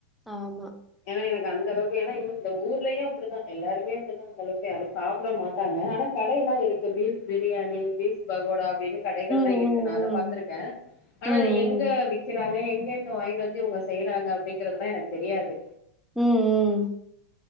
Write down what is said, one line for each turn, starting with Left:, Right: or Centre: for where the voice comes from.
Centre: ஆமா
Left: எனக்கு அந்தளவுக்கு இந்த ஊர்லயும் அப்படிதான் எல்லாரும் அப்டித யாரும் சாப்பிட மாட்டாங்க ஆனா கடைல இருக்கு பீப் பிரியாணி பீப் பகோடா எனு கடைகள்லாம்
Centre: ம்
Left: இருக்கு
Centre: ம்
Left: நான் அத பாத்துருக்கேன் ஆனா
Centre: ம் ம்
Left: அது எங்க விக்க விப்பாங்க எங்க இருந்து வாங்கிட்டு வந்து இவுங்கச்சா செய்யறாங்க அப்படிங்கறதெல்லாம் எனக்கு தெரியாது
Centre: ம் ம்